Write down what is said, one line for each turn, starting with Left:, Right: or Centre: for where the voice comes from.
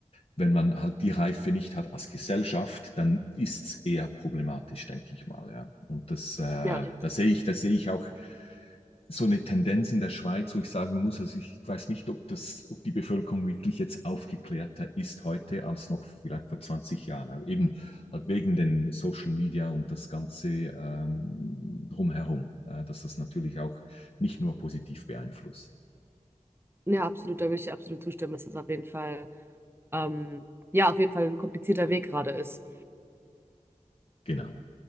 Left: Wenn man halt die Reife nicht hat als Gesellschaft, dann ist es eher problematisch, denke ich mal. Ja, und das, äh,
Right: ja, das,
Left: da sehe ich, da sehe ich auch so eine Tendenz in der Schweiz, wo ich sagen muss, also ich weiß nicht, ob das, ob die Bevölkerung wirklich jetzt aufgeklärter ist heute als noch vielleicht vor 20 Jahren. Aber eben halt wegen den Social Media und das Ganze ähm, drumherum, äh, dass das natürlich auch nicht nur positiv beeinflusst.
Right: ja, absolut, da würde ich dir absolut zustimmen, dass das auf jeden Fall, ähm, ja, auf jeden Fall ein komplizierter Weg gerade ist.
Left: Genau.